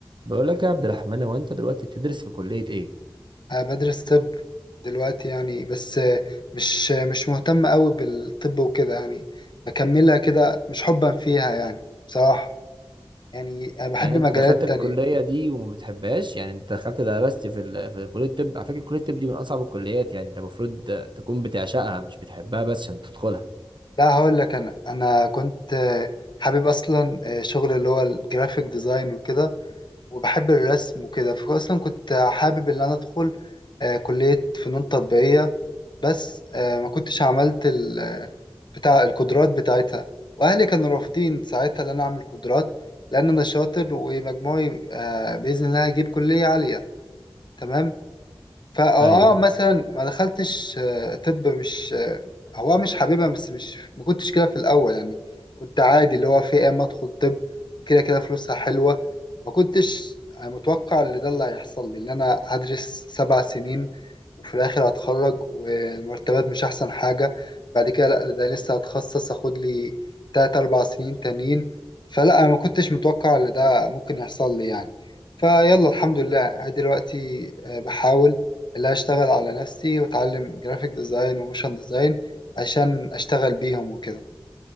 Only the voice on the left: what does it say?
أنا بدرس طب دلوقتي يعني بس مش مش مهتم أوي بالطب وكده يعني بكملها كده مش حبا فيها يعني بصراحة يعني أنا بحب
مجالات
تانية
لا هقول لك أنا أنا كنت حابب أصلا آه، شغل اللي هو الجرافيك ديزاين وكده وبحب الرسم وكده فأصلا كنت حابب إن أنا أدخل آه، كلية فنون تطبيقية بس آه، ما كنتش عملت ال آه، بتاع القدرات بتاعتها واهلي كانوا رافضين ساعتها ان انا اعمل قدرات لان انا شاطر ومجموعي آه، باذن الله هيجيب كليه عاليه تمام فاه
آه، مثلا ما دخلتش آه، طب مش آه، هو مش حاببها بس مش ما كنتش كده في الاول يعني كنت عادي اللي هو في إيه اما ادخل طب وكده كده فلوسها حلوه ما كنتش أنا متوقع اللي ده اللي هيحصل لي اللي انا هدرس سبع سنين وفي الاخر هتخرج والمرتبات مش احسن حاجه بعد كده لا ده لسه هتخصص اخد لي تلات اربع سنين تانيين فلا انا ما كنتش متوقع اللي ده ممكن يحصل لي يعني فيلا الحمد لله أنا دلوقتي آه، بحاول اللي هشتغل على نفسي واتعلم جرافيك ديزاين وموشن ديزاين عشان اشتغل بيهم وكده